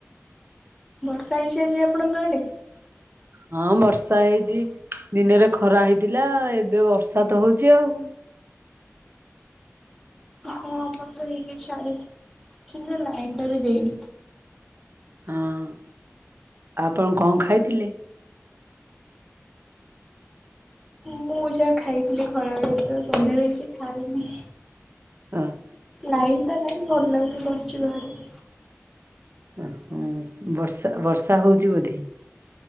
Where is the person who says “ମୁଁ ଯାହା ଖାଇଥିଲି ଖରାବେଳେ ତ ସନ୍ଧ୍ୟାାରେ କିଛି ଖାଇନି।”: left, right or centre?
Centre